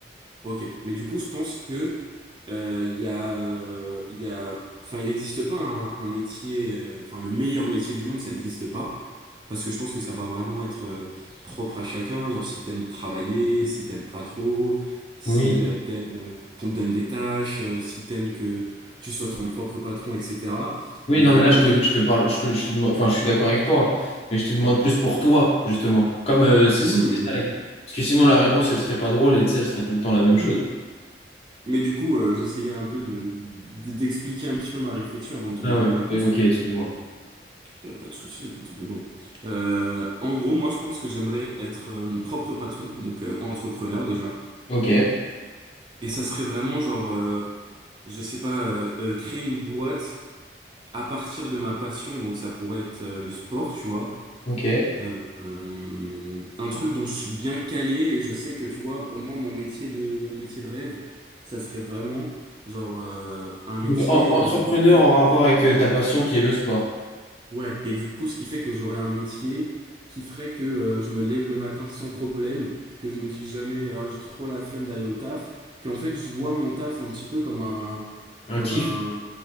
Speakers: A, on the right; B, on the left.
A: Ok, mais du coup, je pense que euh, il y a, euh, il y a, enfin, il n'existe pas un, un métier, euh, enfin, le meilleur métier du monde, ça n'existe pas, parce que je pense que ça va vraiment être euh, propre à chacun. Genre, si t'aimes travailler, si t'aimes pas trop, si
B: Oui.
A: euh, t'aimes euh, qu'on te donne des tâches, euh, si t'aimes que tu sois ton propre patron, etc.
B: Oui,
A: Mais
B: non,
A: euh,
B: mais
A: pour
B: là, je te,
A: moi,
B: je te parle, je te, je te demande, enfin, je suis d'accord avec toi, hein, mais je te demande plus pour toi, justement. Comme euh, c'est
A: oui,
B: c'est- c'est
A: oui, oui.
B: ça la- Parce que sinon, la réponse, elle serait pas drôle et tu sais, elle serait tout le temps la même chose.
A: oui. Mais du coup, euh, j'essayais un peu de, d- d'expliquer un petit peu ma réflexion avant de te
B: Ah
A: donner
B: ouais,
A: ma réponse.
B: et- ok, excuse-moi.
A: Euh, Pas de souci, écoute, mais bon. Euh, en gros, moi, je pense que j'aimerais être euh, mon propre patron, donc euh, entrepreneur déjà.
B: Ok,
A: Et ça serait vraiment genre, euh, je sais pas, euh, euh, créer une boîte à partir de ma passion, donc ça pourrait être euh, le sport, tu vois.
B: ok.
A: Euh, euh, un truc dont je suis bien calé et je sais que, tu vois, pour moi, mon métier de, mon métier de rêve, ça serait vraiment genre euh, un métier
B: Donc, en- entrepreneur
A: euh, dans lequel
B: en rapport avec euh, ta passion qui est le sport.
A: Ouais, et du coup, ce qui fait que j'aurai un métier qui ferait que euh, je me lève le matin sans problème, que je me dis jamais euh, j'ai trop la flemme d'aller au taf, qu'en fait je vois mon taf un petit peu comme un
B: Un
A: comme
B: kiff.
A: un,